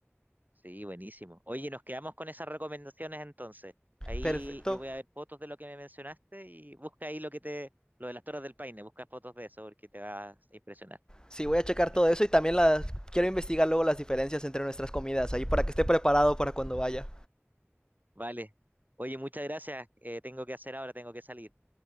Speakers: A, on the right; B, on the left.
A: Sí, buenísimo. Oye, nos quedamos con esas recomendaciones entonces. Ahí
B: Perfecto.
A: yo voy a ver fotos de lo que me mencionaste y busca ahí lo que te, lo de las Torres del Paine, busca fotos de eso porque te vas a impresionar.
B: Sí, voy a checar
A: <laughs>
B: todo eso y también las quiero investigar luego las diferencias entre nuestras comidas ahí para que esté preparado para cuando vaya.
A: Vale. Oye, muchas gracias. Eh, tengo que hacer ahora, tengo que salir.